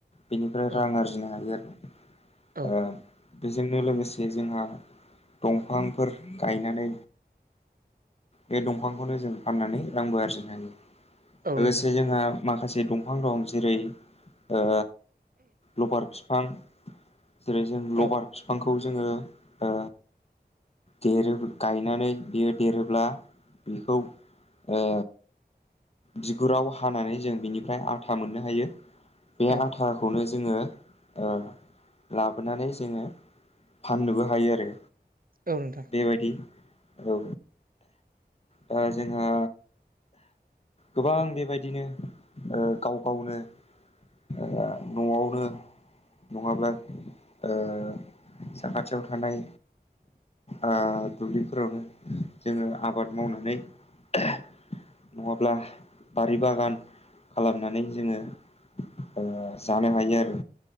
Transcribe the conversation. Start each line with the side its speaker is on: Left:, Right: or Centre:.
Left: बेनिफ्राय
Right: औ
Left: रां आरजिनो हायो आरो ना
Right: औ
Left: ओ बेजोंनो लोगोसे जोंहा दंफांफोर गायनानै बे दंफांखौनो जों फाननानै रांबो आरजिनो हायो
Right: औ
Left: लोगोसे
Right: नोंथां
Left: जोंहा माखासे दंफां दं जेरै ओ लबार फिफां जेरै जों लबार
Right: औ
Left: बिफांखौ जोङो ओ देरो गायनानै देर देरोब्ला बेखौ ओ बिगुराव हानानै जों बिनिफ्राय आथा मोननो हायो बे
Right: औ
Left: आथाखौनो जों जोङो ओ लाबोनानै जोङो फाननोबो हायो आरो
Right: औ नोंथां
Left: बेबायदि औ दा जोंहा गोबां बेबायदिनो ओ गाव गावनो ओ न'आवनो नङाब्ला ओ साखाथियाव थानाय ओ दुब्लिफोरावनो जोङो आबाद मावनानै नङाब्ला बारि बागान खालामनानै जोङो ओ जानो हायो आरो